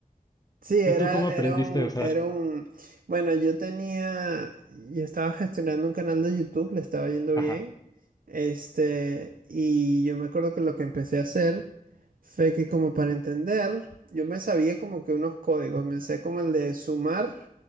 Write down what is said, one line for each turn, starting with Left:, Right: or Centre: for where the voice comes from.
Right: Sí, era,
Left: ¿Tú cómo aprendiste
Right: era un,
Left: a usar?
Right: era un, bueno, yo tenía, yo estaba gestionando un canal de YouTube, le estaba yendo
Left: Ajá,
Right: bien, este, y yo me acuerdo que lo que empecé a hacer fue que como para entender, yo me sabía como que unos códigos, me sé como el de sumar.